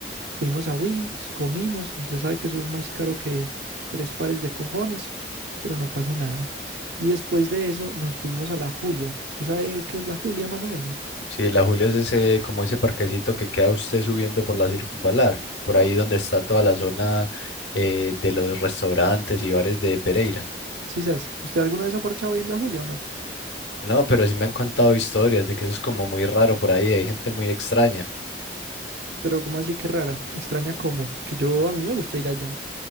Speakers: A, on the right; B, on the left.
A: Fuimos a Wings, comimos, usted sabe que eso es más caro que tres pares de cojones, pero no pasa nada. Y después de eso nos fuimos a la Julia. ¿Usted sabe qué es la Julia más o menos?
B: Sí, la Julia es ese, como ese parquecito que queda usted subiendo por la circunvalar, por ahí donde está toda la zona eh, de los restaurantes y bares de Pereira.
A: Sí, sas, ¿usted alguna vez ha parchado ahí en la Julia o no?
B: No, pero sí me han contado historias de que eso es como muy raro por ahí. Hay gente muy extraña.
A: Pero ¿cómo así que rara? Extraña cómo, porque yo a mí me gusta ir allá.